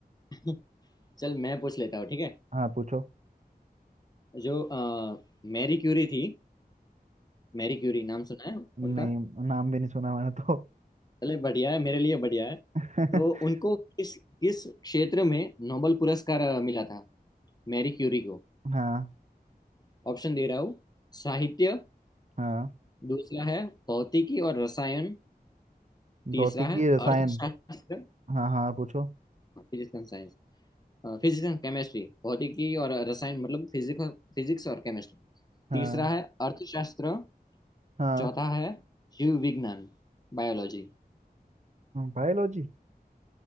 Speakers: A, on the left; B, on the right.
A: <laughs> चल मैं पूछ लेता हूँ ठीक है
B: हाँ पूछो
A: जो अ, मैरी क्यूरी थी मैरी क्यूरी नाम सुना है उनका
B: नहीं नाम भी नहीं सुना मैंने तो
A: चले बढ़िया है मेरे लिए बढ़िया है
B: <laughs>
A: तो उनको किस किस क्षेत्र में नोबेल पुरस्कार अ, मिला था मैरी क्यूरी को
B: हाँ
A: ऑप्शन दे रहा हूँ साहित्य
B: हाँ
A: दूसरा है भौतिकी और रसायन तीसरा
B: भौतिकी
A: है
B: की रसायन
A: अर्थशास्त्र
B: हाँ हाँ पूछो
A: Physics and science physics and chemistry भौतिकी और रसायन मतलब फिजिक्स फिजिक्स और केमिस्ट्री
B: हाँ
A: तीसरा है अर्थशास्त्र
B: हाँ
A: चौथा है जीव विज्ञान बायोलॉजी
B: बायोलॉजी